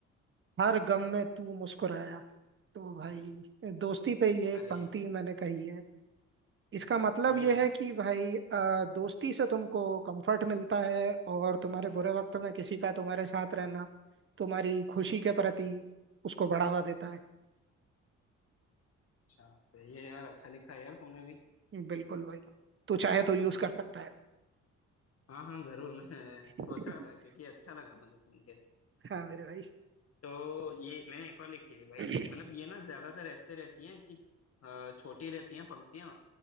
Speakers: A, on the right (about 40°); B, on the left (about 50°).
A: हर गम में तू मुस्कुराया तो भाई दोस्ती पे ये
B: अरे
A: एक पंक्ति मैंने कही है इसका मतलब
B: सही
A: यह
B: है यार
A: है कि भाई अ, दोस्ती से तुमको कंफर्ट मिलता है और तुम्हारे बुरे वक्त में किसी का तुम्हारे साथ रहना तुम्हारी खुशी के प्रति उसको बढ़ावा देता है
B: अच्छा सही है यार अच्छा लिखा है यार तुमने भी
A: बिल्कुल भाई तू चाहे तो यूज कर सकता है
B: हाँ हाँ जरूर मैं
A: <laughs>
B: सोच रहा था क्योंकि अच्छा लगा मुझे सुन के
A: हाँ मेरे भाई
B: तो ये मैंने एक और लिखी थी भाई
A: <clears throat>
B: मतलब ये ना ज्यादातर ऐसे रहती हैं कि अ, छोटी रहती हैं पंक्तियां